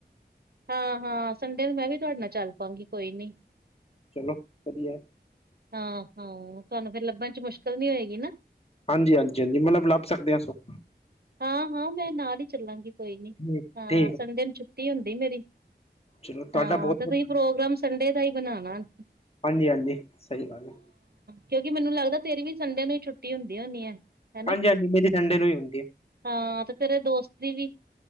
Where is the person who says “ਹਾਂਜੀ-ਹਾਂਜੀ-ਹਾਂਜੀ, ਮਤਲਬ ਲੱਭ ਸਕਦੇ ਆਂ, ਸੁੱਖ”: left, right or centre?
Left